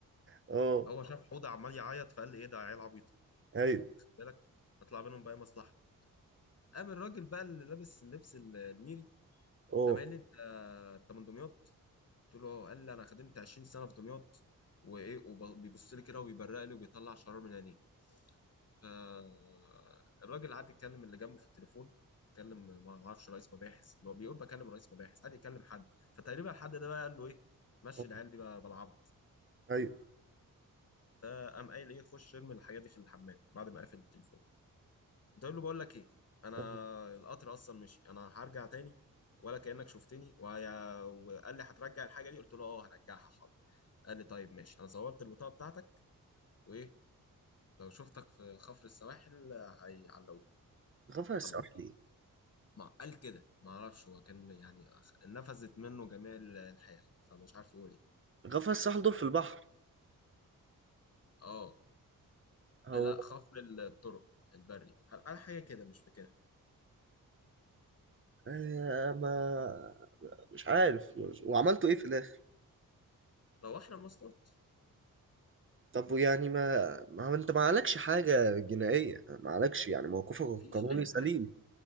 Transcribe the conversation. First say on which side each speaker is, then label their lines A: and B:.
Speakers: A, on the right (about 35°); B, on the left (about 45°).
A: اه
B: هو شاف حوضه عمال يعيط فقال لي ايه ده عيال عبيط
A: ايوه
B: خد بالك هطلع منهم بقى مصلحه قام الراجل بقى اللي لابس اللبس ال- الميري
A: اه
B: قام قال لي انت انت من دمياط قلت له اه قال لي انا خدمت 20 سنه في دمياط وايه وبيبص لي كده وبيبرق لي وبيطلع شرار من عينيه فالراجل قعد يتكلم اللي جنبه في التليفون اتكلم ما اعرفش رئيس مباحث اللي هو بيقول بكلم رئيس مباحث قعد يكلم حد فتقريبا الحد ده بقى قال له ايه مشي
A: آه،
B: العيال دي بقى بالعبط
A: ايوه
B: فقام قايل ايه خش ارمي الحاجه دي في الحمام بعد ما قافل التليفون قلت له بقول لك ايه انا
A: آه.
B: القطر اصلا مشي انا هرجع تاني ولا كانك شفتني وهي... وقال لي هترجع الحاجه دي قلت له اه هرجعها حاضر قال لي طيب ماشي انا صورت البطاقه بتاعتك وايه لو شفتك في خفر السواحل هيعلقوك
A: غفر
B: وانت
A: الساحل
B: مروح
A: ايه
B: ما قال كده ما اعرفش هو كان يعني أخ- نفذت منه جميع ال- الحياة فمش عارف يقول ايه
A: غفر الساحل دول في البحر
B: اه
A: هو
B: لا خفر الطرق البري قال حاجة كده مش فاكرها
A: آه، ما مش عارف وعملتوا ايه في الاخر
B: روحنا مواصلات
A: طب يعني ما ما هو انت ما عليكش حاجه جنائيه ما عليكش يعني موقفك القانوني
B: مفيش اي
A: سليم
B: حاجة